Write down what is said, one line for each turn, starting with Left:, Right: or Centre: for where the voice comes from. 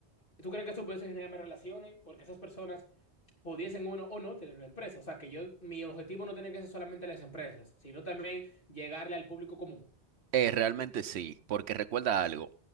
Left: ¿tú crees que eso pudiese generarme relaciones? Porque esas personas pudiesen uno o no tener una empresa. O sea, que yo, mi objetivo no tiene que ser solamente las empresas, sino también llegarle al público común.
Right: Eh, realmente sí, porque recuerda algo,